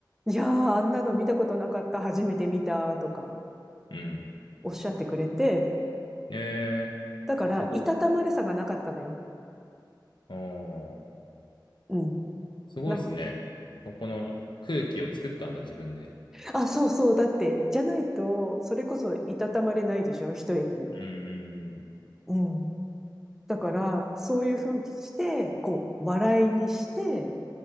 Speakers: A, in the centre; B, on the left.
A: いやー、あんなの見たことなかった、初めて見た、とか、
B: うん。
A: おっしゃってくれて、
B: えー、
A: だから、
B: すごっ。
A: いたたまれさがなかったのよ。
B: おー
A: うん。
B: すごいですね。
A: な、
B: ここの空気を作ったんだ、自分で。
A: あ、そうそう、だって、じゃないと、それこそいたたまれないでしょ、一駅。
B: うん、
A: うん。だから、そういうふうにして、こう、笑いにして、